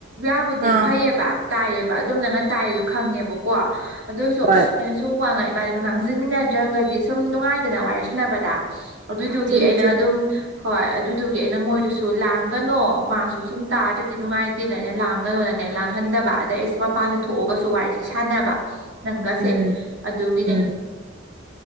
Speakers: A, on the right; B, on the right.
A: ꯌꯥꯕꯨꯗꯤ
B: ꯑꯥ
A: ꯐꯩꯌꯦꯕ ꯇꯥꯏꯌꯦꯕ ꯑꯗꯨꯝ ꯅꯪꯅ ꯇꯥꯏꯌꯦꯗꯣ ꯈꯪꯉꯦꯕꯀꯣ ꯑꯗꯣꯏꯁꯨ
B: ꯍꯣꯏ
A: ꯑꯩꯅ ꯋꯥꯡꯉ ꯏꯕꯥꯅꯤꯗꯣ ꯉꯥꯡꯖꯤꯟꯃꯤꯟꯅꯗ꯭ꯔꯒꯗꯤ ꯁꯨꯝ ꯅꯨꯡꯉꯥꯏꯗꯅ ꯋꯥꯔꯤ ꯁꯥꯟꯅꯕꯗ ꯑꯗꯨꯢꯗꯨꯒꯤ
B: ꯆꯨꯝꯃꯤ
A: ꯑꯩꯅ
B: ꯆꯨꯝꯃꯤ
A: ꯑꯗꯨꯝ ꯍꯣꯏ ꯑꯗꯨꯗꯨꯒꯤ ꯑꯩꯅ ꯃꯣꯏꯗꯨꯁꯨ ꯂꯥꯡꯒꯅꯣ ꯃꯥꯁꯨ ꯁꯨꯝ ꯇꯥꯗ꯭ꯔꯗꯤ ꯅꯨꯡꯉꯥꯏꯇꯦꯅ ꯑꯩꯅ ꯂꯥꯡꯒꯅꯣꯅ ꯅ ꯂꯥꯡꯍꯟꯗꯕ ꯑꯗꯩ ꯑꯩꯁꯦ ꯃꯄꯥꯟꯗ ꯊꯣꯛꯑꯒꯁꯨ ꯋꯥꯔꯤꯁꯦ ꯁꯥꯟꯅꯕ ꯅꯪꯒꯁꯦ
B: ꯎꯝ
A: ꯑꯗꯨꯒꯤꯅꯦ
B: ꯎꯝ